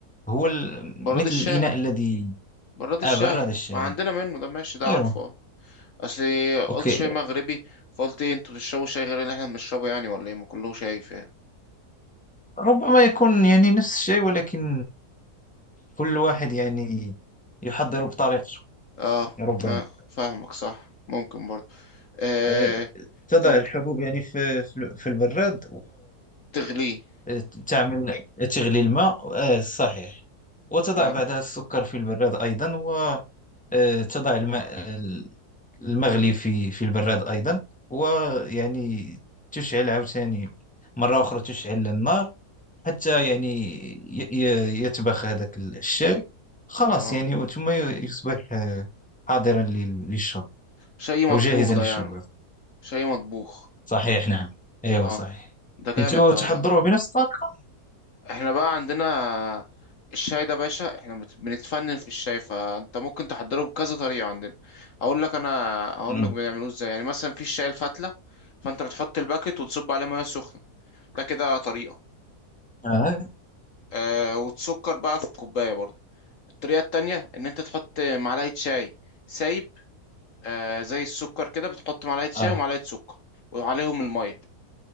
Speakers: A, in the centre; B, on the left.
A: هو ال-
B: براد
A: مثل
B: الشاي
A: الإناء الذي
B: براد الشاي
A: آه براد الشاي
B: ما عندنا منه ده ماشي ده
A: ايوه
B: عارفه اه. اصل
A: أوكي
B: قلت شاي مغربي فقلت إيه انتوا بتشربوا شاي غير اللي احنا بنشربه يعني ولا ايه ما كله شاي فاهم
A: ربما يكون يعني نفس الشيء ولكن كل واحد يعني يحضر بطريقته
B: اه
A: ربما
B: ما فاهمك صح ممكن برضه آه
A: آه، تضع
B: طب
A: الحبوب يعني في في في البراد
B: تغليه
A: وتعمل تغلي الماء آه، صحيح وتضع
B: اه
A: بعدها السكر في البراد أيضا وتضع الماء المغلي في في البراد أيضا ويعني تشعل عاوتاني مرة أخرى تشعل النار حتى يعني ي- ي- يتبخ هذاك الشاي خلاص
B: اه
A: يعني ثم يصبح آه، حاضرا لل- للشرب
B: شاي مطبوخ
A: أو جاهزا
B: ده
A: للشرب
B: يعني شاي مطبوخ
A: صحيح نعم ايوه
B: اه
A: صحيح
B: ده جامد
A: انتوا
B: ده
A: تحضروا
B: والله
A: بنفس الطريقة
B: احنا بقى عندنا الشاي ده باشا احنا بت- بنتفنن في الشاي فانت ممكن تحضره بكذا طريقة عندنا اقول لك انا اقول
A: مم.
B: لك بنعملوه ازاي يعني مثلا في الشاي الفتلة فانت بتحط الباكت وتصب عليه ميه سخنة ده كده طريقة
A: آه.
B: آه وتسكر بقى في الكوباية برضو الطريقة التانية ان انت تحط معلقة شاي سايب آه زي السكر كده بتحط معلقة شاي
A: آه.
B: ومعلقة سكر وعليهم المية